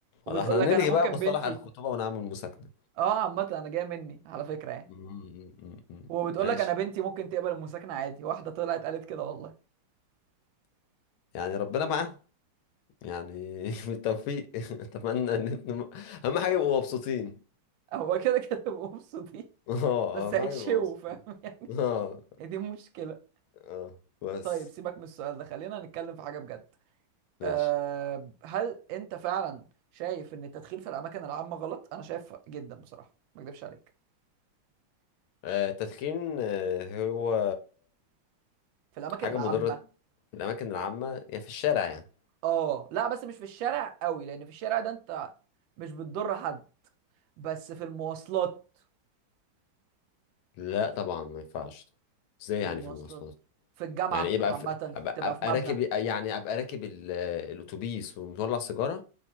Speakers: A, on the right (about 75°); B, on the left (about 80°).
A: وبتقول
B: ولا احنا
A: لك
B: هنلغي
A: انا ممكن
B: بقى مصطلح
A: بنتي
B: الخطوبة ونعمل مساكنة
A: اه عامة انا جاية مني على فكرة يعني
B: مم، مم، مم.
A: وبتقول
B: ماشي
A: لك انا بنتي ممكن تقبل المساكنة عادي واحدة طلعت قالت كده والله
B: يعني ربنا معاهم يعني <laughs> بالتوفيق <laughs> اتمنى ان انتم اهم حاجة يبقوا مبسوطين
A: <laughs> هو كده كده بيبقوا مبسوطين
B: <laughs> اه
A: بس
B: اهم
A: هيتشوا
B: حاجة يبقوا مبسوطين
A: فاهم
B: اه
A: <laughs> هي دي مشكلة
B: اه بس
A: طيب سيبك من السؤال ده خلينا نتكلم في حاجة بجد
B: ماشي
A: أه هل انت فعلا شايف ان التدخين في الاماكن العامة غلط انا شايف جدا بصراحة ما اكدبش عليك
B: آه، التدخين آه، هو
A: في الاماكن
B: حاجة
A: العامة
B: مضرة في الأماكن العامة يا في الشارع يعني
A: اه لا بس مش في الشارع قوي لان في الشارع ده انت مش بتضر حد بس في المواصلات
B: لا طبعا ما ينفعش ازاي
A: في
B: يعني
A: المواصلات
B: في المواصلات
A: في الجامعة
B: يعني ايه بقى
A: عامة
B: في... أبقى,
A: بتبقى
B: أبقى
A: في مبنى
B: راكب يعني أبقى راكب ال... الأتوبيس ومطلع سيجارة